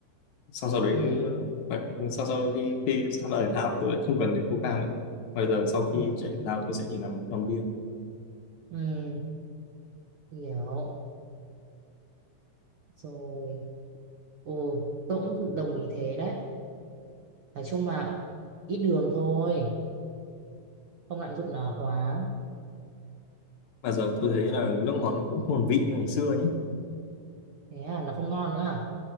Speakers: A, on the left (about 65°); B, on the right (about 60°).
A: sau sau đấy
B: Ừ.
A: phải, sau sau đi khi tham gia thể thao tôi lại không cần đến coca nữa bây giờ sau khi
B: Ừ.
A: chạy thể thao tôi sẽ chỉ làm một lon bia
B: Ừ. hiểu rồi ừ. tôi cũng đồng ý thế đấy nói chung là ít đường thôi không lạm dụng nó quá
A: mà giờ tôi thấy là nước ngọt nó cũng không còn vị như ngày xưa nhé
B: thế à nó không ngon nữa à